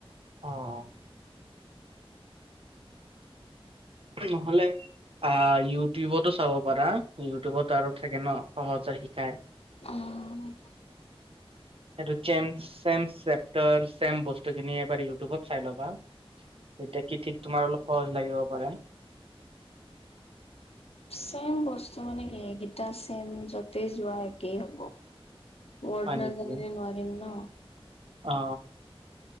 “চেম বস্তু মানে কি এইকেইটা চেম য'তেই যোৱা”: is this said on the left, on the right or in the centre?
Left